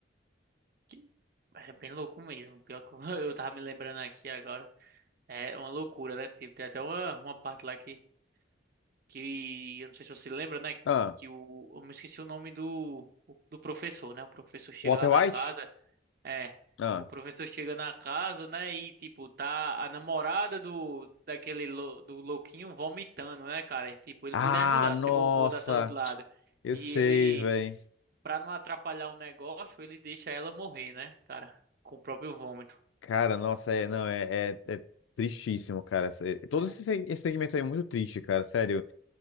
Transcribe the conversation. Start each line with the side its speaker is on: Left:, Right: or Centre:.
Right: que é bem louco mesmo. Pior que eu <laughs> eu tava me lembrando aqui agora. É uma loucura, né? Tipo, tem até uma, uma parte lá que, que eu não sei se você lembra, né?
Left: Ah,
Right: Que o, eu me esqueci o nome do, do professor, né? O professor chega
Left: Walter
Right: lá na
Left: White?
Right: casa. É.
Left: Ah,
Right: O professor chega na casa, né? E tipo, tá a namorada do daquele lou- do louquinho vomitando, né, cara? E, tipo, ele
Left: ah,
Right: podia ajudar,
Left: nossa,
Right: se bocou da sala de lado.
Left: eu
Right: E
Left: sei,
Right: ele
Left: velho.
Right: Pra não atrapalhar o negócio, ele deixa ela morrer, né, cara? Com o próprio vômito.
Left: Cara, nossa, é, não, é, é, é tristíssimo, cara. Se- Todo
Right: É.
Left: esse se- esse segmento aí é muito triste, cara, sério.